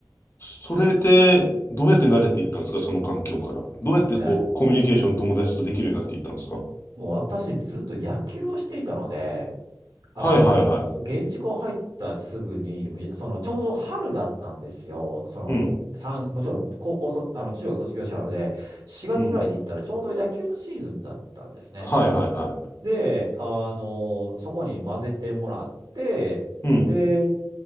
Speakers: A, on the left (about 35°); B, on the right (about 70°).
A: それで、どうやって慣れていったんですか、その環境から。どうやってこう、
B: いや
A: コミュニケーション友達とできるようになっていったんですか
B: もう私ずっと野球をしていたので、あの、
A: はいはいはい。
B: 現地校入ったすぐに、いやその、ちょうど春だったんですよ。その、
A: うん、
B: 三、もちろん高校卒、あの、中学卒業したので、4月ぐらいに行ったらちょうど野球のシーズンだったんですね。
A: うん。はいはいはい。
B: で、あの、そこに混ぜてもらって、
A: うん、
B: で、